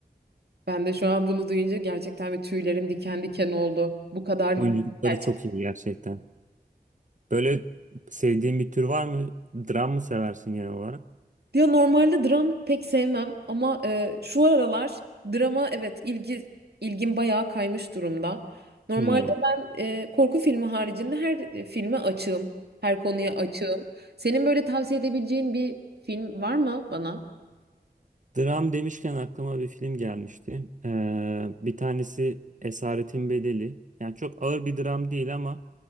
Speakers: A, on the right; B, on the right.
A: Ben de şu an bunu duyunca gerçekten bir tüylerim diken diken oldu. Bu kadar
B: Oyunculukları
A: gerçek.
B: çok iyi gerçekten. Böyle sevdiğin bir tür var mı? Dram mı seversin genel olarak?
A: Ya normalde dram pek sevmem ama e, şu aralar drama evet ilgi ilgim bayağı kaymış durumda. Normalde
B: Hmm.
A: ben e, korku filmi haricinde her e, filme açığım, her konuya açığım. Senin böyle tavsiye edebileceğin bir film var mı bana?
B: Dram demişken aklıma bir film gelmişti. Ee, bir tanesi Esaretin Bedeli. Yani çok ağır bir dram değil ama